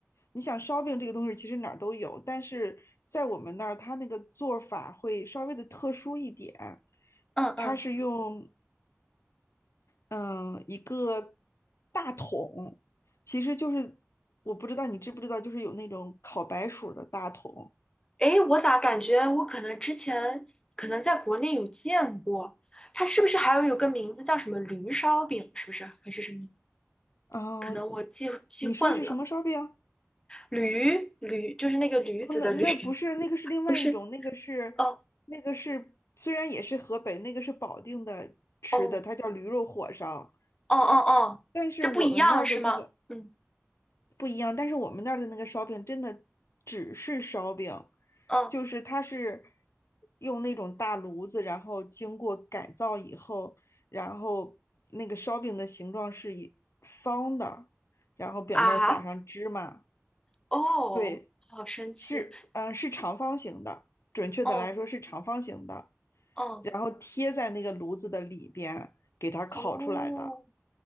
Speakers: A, on the left; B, on the left.
A: 你想烧饼这个东西，其实哪儿都有，但是在我们那儿，它那个做法会稍微的特殊一点。
B: 嗯嗯，
A: 它是用嗯，一个大桶，其实就是我不知道你知不知道，就是有那种烤白薯的大桶。
B: 诶，我咋感觉我可能之前可能在国内有见过，它是不是还有有个名字叫什么驴烧饼？是不是还是什么？
A: 啊，
B: 可能我记记混了，
A: 你说是什么烧饼？
B: 驴驴就是那个驴子的驴，
A: 哦那那不是，那个是另外一种，
B: <laughs> 不是？
A: 那个是那个是虽然也是河北，
B: 哦
A: 那个是保定的吃的，
B: 哦
A: 它叫驴肉火烧，
B: 哦哦哦，
A: 但是我们那儿的那个。
B: 这不一样是吗？嗯
A: 不一样，但是我们那儿的那个烧饼真的只是烧饼，
B: 嗯
A: 就是它是用那种大炉子，然后经过改造以后，然后那个烧饼的形状是以方的，然后表面撒上芝麻，
B: 啊哦，
A: 对，
B: 好神奇
A: 是嗯、呃是长方形的，准确的来说是长方形的，
B: 哦哦
A: 然后贴在那个炉子的里边给它烤出来的。
B: 哦。